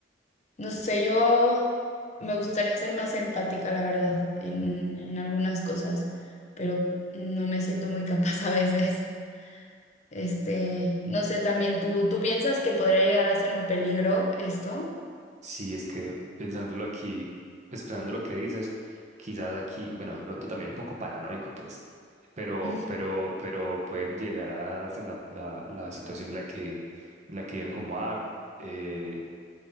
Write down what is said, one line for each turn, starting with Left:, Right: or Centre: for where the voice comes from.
Left: no sé, yo me gustaría ser más empática, la verdad, en, en algunas cosas, pero no me siento muy capaz a veces. Este, no sé, también tú, ¿tú piensas que podría llegar a ser un peligro esto?
Right: Sí, es que pensándolo aquí, pues pensando lo que dices, quizás aquí, bueno, de pronto también un poco paranoico, pues, pero,
Left: <laughs>
Right: pero, pero puede llegar a ser la, la, la situación en la que, en la que digan como, ah, eh,